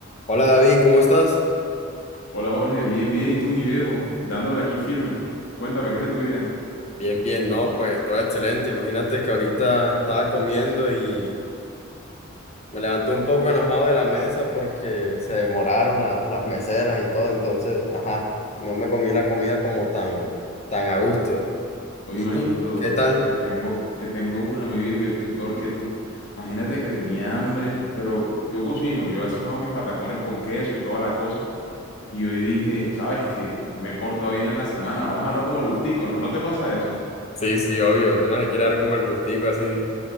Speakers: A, on the left; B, on the left.
A: Hola David, ¿cómo estás?
B: Hola Jorge, bien, bien. ¿Y tú, mi viejo? Dándole aquí firme. Cuéntame, ¿qué es de tu vida?
A: Bien, bien, no, pues todo excelente. Imagínate que ahorita estaba comiendo y me levanté un poco enojado de la mesa porque se demoraron la- las meseras y todo, entonces, ajá, no me comí la comida como tan, tan a gusto.
B: Oye,
A: ¿Y
B: manito,
A: tú? ¿Qué tal?
B: si te tengo, te tengo una, mi viejo, yo estoy peor que tú. Imagínate que tenía hambre, pero yo cocino, yo a veces me hago mis patacones con queso y toda la cosa. Y hoy dije, ¿sabes qué? Me he portado bien en la semana, vamos a no como el gustico, ¿no? ¿No te pasa eso?
A: Sí, sí, obvio, eso no se quiere dar como el gustico así.